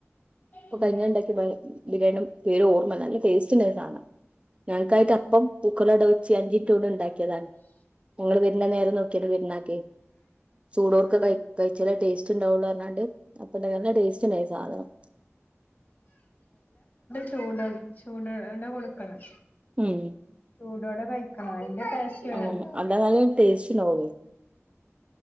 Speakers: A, on the right; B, on the left.
A: അപ്പൊ
B: ഉം
A: കഴിഞ്ഞണ്ടാക്കി ബിരിയാണിയം പേര് ഓർമ്മ നല്ല ടേസ്റ്റിനെ ആണ് ഞങ്ങൾക്കായിട്ട്
B: ഉം ഉം
A: അപ്പം പൂക്കലോടെ വെച്ച് അഞ്ചിറ്റൂടെ ഉണ്ടാക്കിയതാണ് ഞങ്ങള്ൾ വരുന്ന നേരം നോക്കിയാണ് വരണാക്കെ ചൂടോർക്ക
B: ഉം
A: ക കഴിച്ചാല ടേസ്റ്റ് ഉണ്ടാവുള്ള അപ്പൊ എന്ത ടേസ്റ്റായി സാധനം
B: ചൂട ചൂടടെ കൊടുക്കണം
A: ഉം
B: ചൂടോടെ കഴിക്കണം അതിന്റെ ടേസ്റ്റ് വേറെ
A: ആ അന്താ നാല ടേസ്റ്റ് പോോ